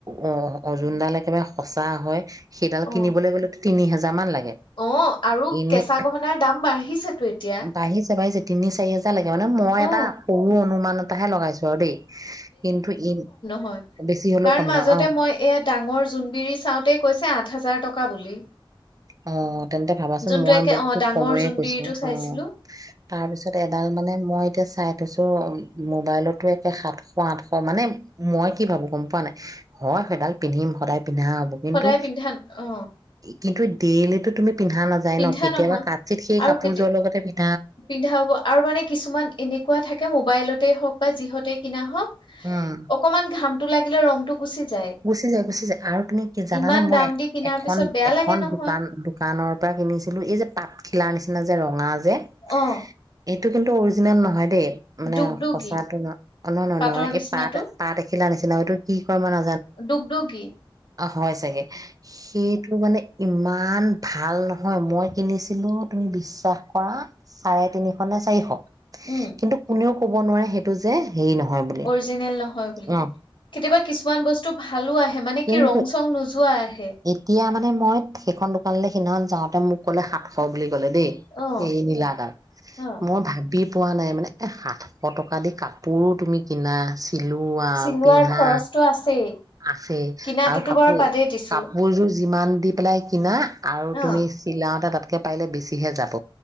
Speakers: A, on the right (about 40°); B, on the left (about 65°).
A: অ', অজুনডাল একেবাৰে সঁচা হয়, সেইডাল
B: অ
A: কিনিবলৈ গ'লে তিনি হাজাৰ মান লাগে।
B: অ', আৰু
A: এনেই
B: কেঁচা গহনাৰ দাম বাঢ়িছেতো এতিয়া।
A: বাঢ়িছে বাঢ়িছে তিনি চাৰিহাজাৰ তিনি চাৰি লাগে মানে মই এটা
B: অ
A: সৰু অনুমানত তাহে লগাছো জ্বৰ দে কিন্তু ই
B: হয়
A: বেছি হলেও
B: কাৰণ
A: কম
B: মাজতে
A: নহয় অ
B: মই এ জোনবিৰি চাওঁতে কৈছে আঠ হাজাৰ টকা টকা বুলি
A: অ তেন্তে ভাবাচোন
B: যোনটো
A: মই
B: একে
A: ব
B: অ
A: খুব
B: ডাঙৰ
A: কময়ে
B: জোনবিৰিটো
A: কৈছো
B: চাইছিলো
A: অ তাৰ পিছত এডাল মানে মই এতিয়া চাই থৈছো মোবাইলতো একে সাতশ আঠশ মানে মই কি ভাবো গম পোৱা নাই হয় সেইডাল পিন্ধিম সদায় পিন্ধা হব কিন্তু
B: সদায় পিন্ধা অ
A: কিন্তু ডেইলিটো তুমি পিন্ধা নাযায
B: পিন্ধা
A: ন কেতিয়াবা
B: নহয়
A: চিত সেই
B: আৰু
A: কাপোৰযোৰ
B: কেতিয়া
A: লগতে পিন
B: পিন্ধা হব আৰু মানে কিছুমান এনেকুৱা থাকে মোবাইলতেই হওঁক বা যিহঁতেই কিনা হওঁক
A: উম
B: অকমান ঘাম লাগিলে ৰংটো গুচি যায়
A: গুচি যায় গুচি যায় আৰু তুমি কি জানানে
B: ইমান
A: মই
B: দাম
A: এ
B: দি কিনাৰ
A: এখন
B: পিছত বেয়া
A: এখন
B: লাগে নহয়
A: দোকান দোকানৰ পৰা কিনিছিলো এই যে পাটখিলাৰ নিচিনা যে ৰঙা যে এ
B: অ
A: এইটো কিন্তু অৰিজিনেল নহয় দেই মানে
B: দুগদুগী
A: সচাঁটো ন অ ন ন
B: পাটৰ
A: ন
B: নিচিনাটো
A: এই পাত পাত এখিলা নিচিনা এইটো কি কয় মই না
B: ডুগ ডুগি
A: আহ হয় চাগে সেইটো মানে ইমান ভাল নহয় মই কিনিছিলোঁ তুমি বিশ্বাস কৰা চাৰে তিনিশ নে চাৰিশ
B: উম
A: কিন্তু কোনেও ক'ব নোৱাৰে সেইটো যে হেৰি নহয় বুলি
B: অৰিজিনেল নহয় বুলি
A: অ
B: কেতিয়াবা কিছুমান বস্তু টো ভালো আহে মানে
A: কিন্তু
B: কি ৰং চং নোযোৱাই
A: এতিয়া মানে মই সেইখন দোকান সিমান যাওঁতে মোক ক'লে সাতশ বুলি গলে দেই
B: অ
A: সেয়ে নীলাডাল
B: অ
A: মই ভাল পি পোৱা নাই মানে এই সাতশ টকা দি কাপোৰো তুমি কিনা আ চিলোৱা
B: চিলোৱাৰ
A: পিন্ধা
B: খৰচটো আছেই
A: আছে
B: কিনাটোতো
A: আৰু কাপোৰ
B: বাৰু বাদেই দিছো
A: কাপোৰযোৰ যিমান দি পেলাই কিনা আৰু তুমি
B: অ
A: চিলাওতে তাত তকে পাৰিলে বেছিহে যাব